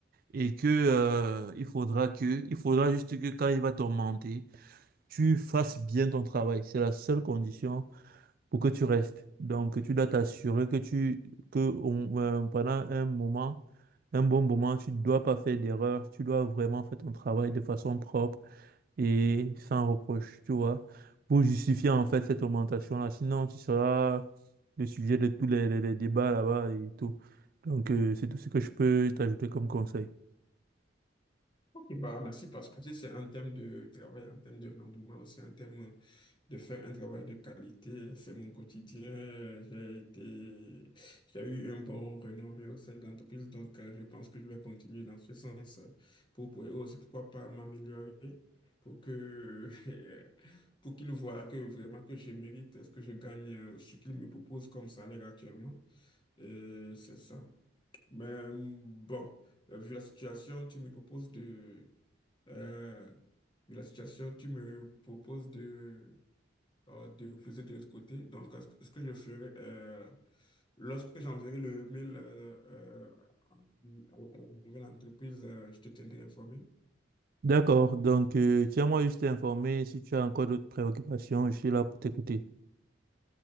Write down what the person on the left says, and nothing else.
Et bah, merci parce que tu sais, c'est un thème de travail, un thème de rendement, c'est un thème de faire un travail de qualité. C'est mon quotidien. J'ai été, j'ai eu un bon renommé au sein de l'entreprise, donc euh, je pense que je vais continuer dans ce sens euh, pour, pour aussi, pourquoi pas m'améliorer pour que, <laughs> pour qu'ils voient que vraiment que je mérite ce que je gagne, euh, ce qu'ils me proposent comme salaire actuellement. Et c'est ça. Mais euh, bon, euh, vu la situation, tu me proposes de... euh, vu la situation, tu me proposes de, euh, de refuser de l'autre côté. Donc, euh, ce que ce que je ferai, euh, lorsque j'enverrai le mail euh, euh, à, à la nouvelle entreprise, euh, je te tiendrai informé.